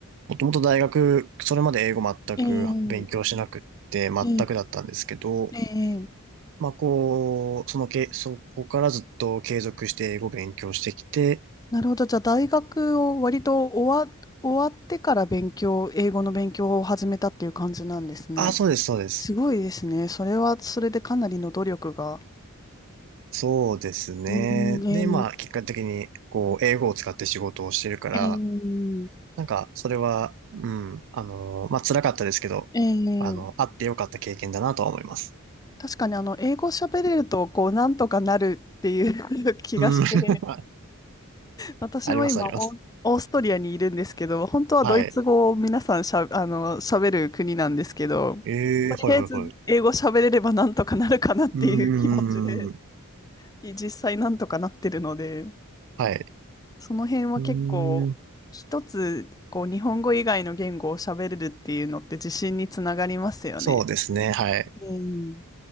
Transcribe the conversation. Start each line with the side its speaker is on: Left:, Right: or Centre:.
Right: もともと大学、それまで英語全く勉強しなくって、
Left: ええ
Right: 全くだったんですけど、
Left: ええええ
Right: まあ、こう、そのけ、そこからずっと継続して英語勉強してきて、
Left: なるほど。じゃあ、大学を割と終わ、終わってから勉強、英語の勉強を始めたっていう感じなんですね。
Right: あ、そうです、そうです。
Left: すごいですね。それは、それでかなりの努力が。
Right: そうですね。
Left: うん、え
Right: で、今、結果的に、こう、英語を使って仕事をしてるから、
Left: ええ
Right: なんか、それは、うん、あの、まあ、辛かったですけど、
Left: えええ
Right: あの、あってよかった経験だなとは思います。
Left: 確かにあの英語喋れるとこうなんとかなるっていう <laughs> 気がして、
Right: うん、<laughs> あ
Left: 私も今オー、
Right: あります、あります。
Left: オーストリアにいるんですけど、本当はドイツ語を皆さんしゃ、
Right: はい。
Left: あの喋る国なんですけど、
Right: ええはい、
Left: とりあえず英語喋れればなんとかなるかなっていう気持ちで、
Right: はい、はい。うーん、
Left: 実際なんとかなってるので、
Right: はい。
Left: その辺は結構一つこう日本語以外の言語を喋れるっていうのって自信につながりますよね。
Right: うーん、そうですね、はい。
Left: うん、